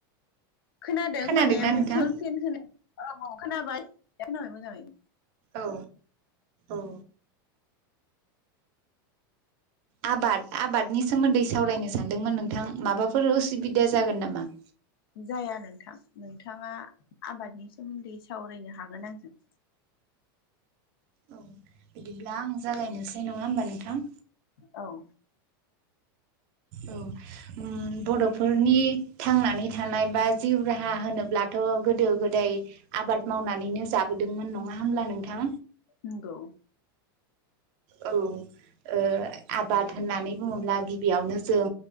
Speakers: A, on the left (about 80°); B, on the right (about 45°).
A: खोनादों
B: खोनादोंना
A: माने ओमफ्राय
B: नोंथां?
A: थवल पेन होनाय खोनाबाय खोनाबाय मोजाङै
B: औ औ आबाद आबादनि सोमोन्दै सावरायनो सानदोंमोन नोंथां माबाफोर उसुबिदा जागोन नामा
A: जाया नोंथां नोंथाङा आबादनि सोमोन्दै सावरायनो हागोन आंजों
B: औ बिदिब्ला आं जागायनोसै नङा होमबा नोंथां
A: औ
B: औ उम बर'फोरनि थांनानै थानाय बा जिउ राहा होनोब्लाथ' गोदो गोदाय आबाद मावनानैनो जाबोदोंमोन नङा होमब्ला नो नोंथां
A: नंगौ
B: औ ओ आबाद होननानै बुङोब्ला गिबियावनो जों